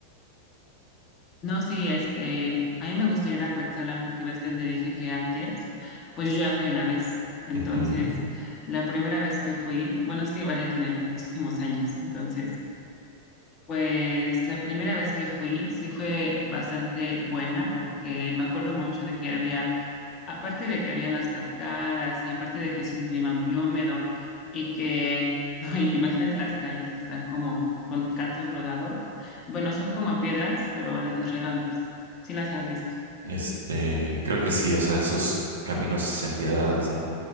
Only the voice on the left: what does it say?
No, sí, este, a mí me gusta ir a Cuetzalan porque ves que te dije que antes, pues yo ya fui una vez. Entonces,
la primera vez que fui, bueno, es que igual ya tiene muchísimos años, entonces pues la primera vez que fui, sí fue bastante buena porque me acuerdo mucho de que había, aparte de que habían las cascadas y aparte de que es un clima muy húmedo y que, <laughs> ay, imagínate las calles que están como con cantos rodados. Bueno, son como piedras, pero de las redondas. Sí las has visto.